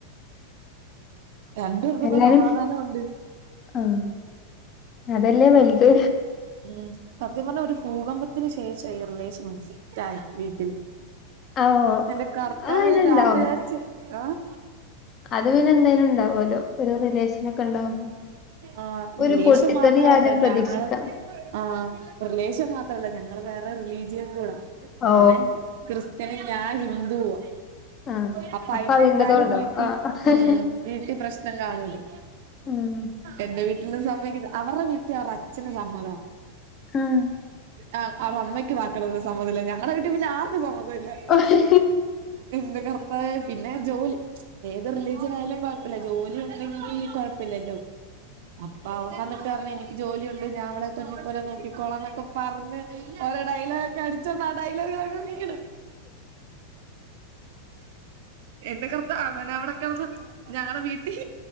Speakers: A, on the right; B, on the left.
A: രണ്ടു പേർക്കും
B: എല്ലാരും
A: ഇപ്പം സമാധാനംഉണ്ട്
B: ആഹ് അതല്ലേ വലുത്
A: ഉം സത്യം പറഞ്ഞാൽ ഒരു ഭൂകമ്പത്തിന് ശേഷം ഈ റിലേഷൻസെറ്റ് ആയത് വീട്ടില്
B: ആഹ്
A: എന്റെ കർത്താവേ
B: അത് പിന്നെണ്ടാവും
A: ഞാൻ വിചാരിച്ച് ആഹ്
B: അത് പിന്നെ എന്തായാലും ഉണ്ടാവല്ലോ ഒരു റിലേഷൻ <unintelligible>
A: ആഹ്
B: ഒരു
A: റിലേഷൻ
B: പൊട്ടിതെറി
A: മാത്രല്ല
B: ആദിയം പ്രതീക്ഷിക്കാം
A: ഞങ്ങള് ആഹ് റിലേഷൻ മാത്രല്ല ഞങ്ങള് വേറെ റിലീജിയൻ കൂടെ
B: ഓ
A: അവൻ ക്രിസ്ത്യനുംള ഞാൻ ഹിന്ദുവാ
B: ആഹ്
A: അപ്പം
B: അപ്പൊ
A: അയിന്റെ
B: അതിന്റെതുണ്ടാവും
A: എന്തായാലും വീട്ടിൽ
B: ആഹ്
A: ഉം വീട്ടിൽ പ്രശ്നം കാണൂലോ
B: ഉം
A: എന്റെ വീട്ടിലും സമ്മതിക്ക അവരുടെ വീട്ടിൽ അവരുടെ അച്ഛന് സമ്മതാ
B: ആഹ്
A: ആഹ് അവർടെ അമ്മയ്ക്ക് മാത്രം സമ്മതം ഇല്ല ഞങ്ങടെ വീട്ടിൽ പിന്നെ ആർക്കും സമ്മതം ഇല്ല
B: ആഹ്
A: എന്റെ കർത്താവേ പിന്നെ ജോലി ഏത് റിലീജിയൻ ആയാലും കുഴപ്പമില്ല ജോലി കൊഴപ്പം ഇല്ലല്ലോ അപ്പൊ അവൻ വന്നിട്ട് പറഞ്ഞു എനിക്ക് ജോലിയുണ്ട് ഞാൻ അവളെ പൊന്ന് പോലെ നോക്കിക്കോളാം എന്നൊക്കെ പറഞ്ഞ് ഓരോ ഡയലോഗ് ഒക്കെ അടിച്ചോണ്ട് ആ ഡൈലോഗിലങ്ങ് വീണ് എന്റെ കർത്ത അവൻ അവിടെ കിടന്നു ഞങ്ങളടെ വീട്ടിൽ